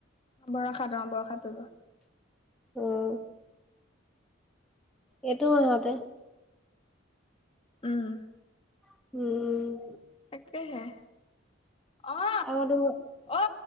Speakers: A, on the left (about 25°); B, in the centre.
A: বৰষাত অ বৰষাত পৰিব
B: উম। এইটো মাহতে
A: উম।
B: উম
A: তাকেহে অ
B: আকৌ তোমাৰ
A: অ